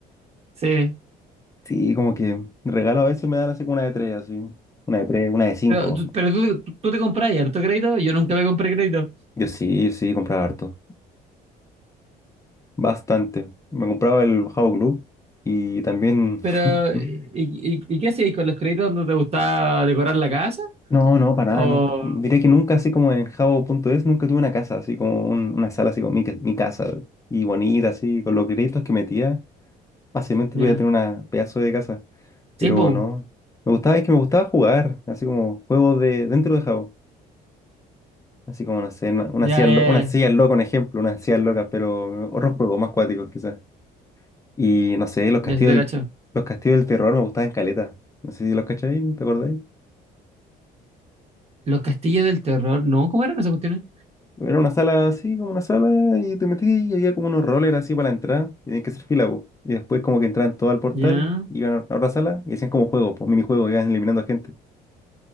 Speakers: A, on the right; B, on the left.
A: Sí.
B: Sí, como que regalo a veces me dan así como una de tres, así. Una de tres, una de cinco.
A: Pero, tú- pero tú, tú, tú te compras harto crédito, yo nunca me compré crédito.
B: Yo sí, yo sí, compraba harto. Bastante. Me compraba el Jabo Club y también.
A: Pero,
B: <laughs>
A: ¿y, y, y qué hacíais con los créditos? ¿No te gustaba decorar la casa?
B: No, no, para
A: ¿O
B: nada, nunca. Diría que nunca, así como en jabo punto es nunca tuve una casa, así como un- una sala, así como mi, ca- mi casa. Y bonita, así, con los créditos que metía, fácilmente
A: Ya.
B: podía tener una pedazo de casa. Pero
A: Sí, po.
B: no. Me gustaba, es que me gustaba jugar, así como juegos de dentro de Jabo. Así como, no sé, una, una
A: Ya,
B: silla,
A: ya,
B: lo- una silla
A: ya.
B: loca, un ejemplo, una silla loca, pero otros juegos más cuáticos quizás. Y no sé, los castillos
A: Ya, sí te
B: del,
A: cacho.
B: los castillos del terror me gustaban caleta. No sé si los cacháis, ¿te acordáis?
A: Los castillos del terror. No, ¿cómo eran esas cuestiones?
B: Era una sala así, como una sala, y te metías y había como unos rollers así para la entrada, y tenías que hacer fila, po. Y después como que entraban todos al portal,
A: Ya.
B: iban a a otra sala y hacían como juegos, pues minijuegos, iban eliminando gente.